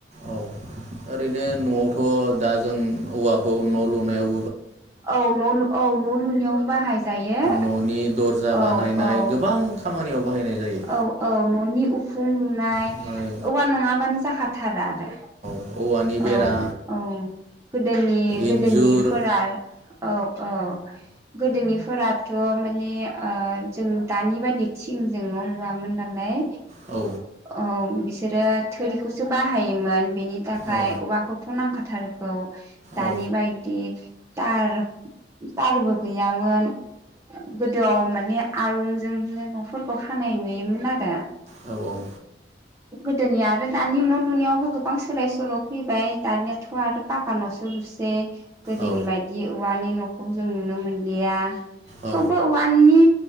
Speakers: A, on the right (about 40°); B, on the right (about 15°).
A: औ ओरैनो न'आवथ' दा जों औवाखौ न' लुनायाव
B: औ न औ न' लुनायाव बाहायजायो
A: न'नि दरजा बानायनाय
B: औ औ
A: गोबां खामानियाव बाहायनाय जायो
B: औ औ न'नि उखुम लुनाय
A: ओमफ्राय
B: औवा नङाबानो जाखा थारा आरो।
A: औ औवानि
B: औ
A: बेरा
B: औ गोदोनि गोदोनिफोरा
A: इन्जुर
B: औ औ गोदोनिफोराथ माने ओ जों दानि बादि थिंजों न लुवामोन नालाय।
A: औ
B: औ बिसोरो थोरिखौसो बाहायोमोन बेनि थाखाय खाय
A: औ
B: औवाखौथ नांखाथारगौ दानि
A: औ
B: बायदि थार तारबो गैयामोन। गोदोआव माने आरुंजोंनो नफोरखौ खानाय नुयोमोन आरो।
A: औ औ
B: गोदोनिया आरो दानि न लुनायावबो गोबां सोलाय सोल फैबाय दानिया थ आरो पाका नसो लुसेै। गोदोनि
A: औ
B: बायदि औवानि नखौ जों नुनो मोनलिया।
A: औ
B: थेउबो औवानि